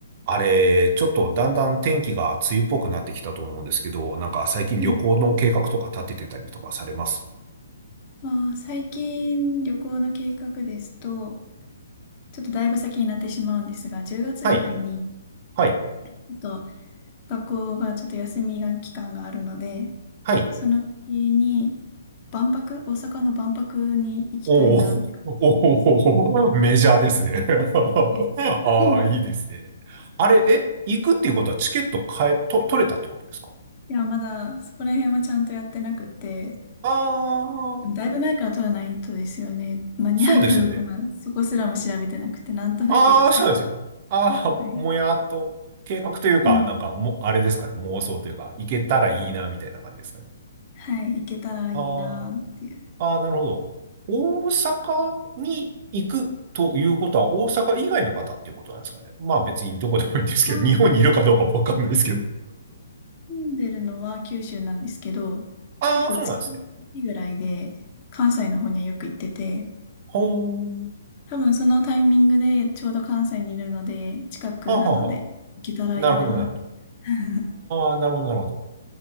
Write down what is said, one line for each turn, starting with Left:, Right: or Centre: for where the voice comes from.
Right: あれ、ちょっとだんだん天気が梅雨っぽくなってきたと思うんですけど、なんか最近旅行の計画とか立ててたりとかされます
Left: はい。まあー、最近旅行の計画ですと、ちょっとだいぶ先になってしまうんですが、10月ぐらいに、
Right: はい、はい、
Left: ちょっと学校がちょっと休みが期間があるので、
Right: はい。
Left: その時に万博、大阪の万博に行きたいなって考えてます。
Right: おーおー、おーメジャーですね。<laughs>
Left: はい。<clears throat>
Right: ああ、いいですね。あれ、え、行くっていうことはチケット買え、と、取れたってことですか
Left: いや、まだそこら辺はちゃんとやってなくて、
Right: ああー、
Left: でもだいぶ前から取らないとですよね。間に合うかどうか、
Right: そうですよね。
Left: まあ、そこすらも調べてなくて、なんとなく行きたい。
Right: ああ、そうですね。ああ、
Left: はい。
Right: もやっと、計画というか、
Left: うん。
Right: なんかも、あれですかね、妄想というか、行けたらいいな、みたいな感じですかね。
Left: はい。行けたらいいなっていう。
Right: ああ。ああ、なるほど。大阪に行くということは、大阪以外の方っていうことなんですかね。まあ別にどこでもいいんですけど、
Left: あー、
Right: 日本にいるかどうかもわかんないですけど。
Left: はい、あの、住んでるのは九州なんですけど、
Right: ああ、
Left: 結構月1ぐらいで関西の方にはよく行ってて、
Right: そうなんですね。ほーん。
Left: 多分そのタイミングでちょうど関西にいるので、近くなので行けたらいいな。
Right: はあはあはあ。なるほど、なるほど。
Left: <laughs>
Right: ああ、なるほど、なるほど。